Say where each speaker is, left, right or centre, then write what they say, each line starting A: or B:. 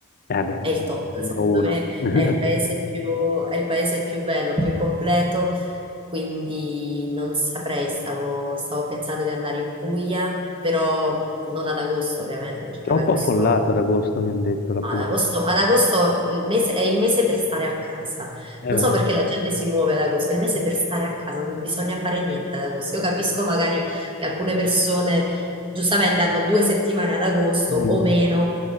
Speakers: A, on the left; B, on the right.
A: Eh beh,
B: è
A: sì,
B: il top,
A: numero
B: secondo
A: uno.
B: me
A: <laughs>
B: è il paese più, è il paese più bello, più completo, quindi non saprei, stavo, stavo pensando di andare in Puglia, però non ad agosto ovviamente, perché
A: Troppo
B: ad agosto
A: affollato ad agosto, mi hanno detto la
B: ad
A: Puglia.
B: agosto, ad agosto il mese- è il mese per stare a casa.
A: Eh,
B: Non so perché la gente si muove ad agosto, è il mese per stare a casa, non bisogna fare niente ad agosto. Io capisco magari che alcune persone giustamente hanno due settimane ad agosto
A: mm,
B: o meno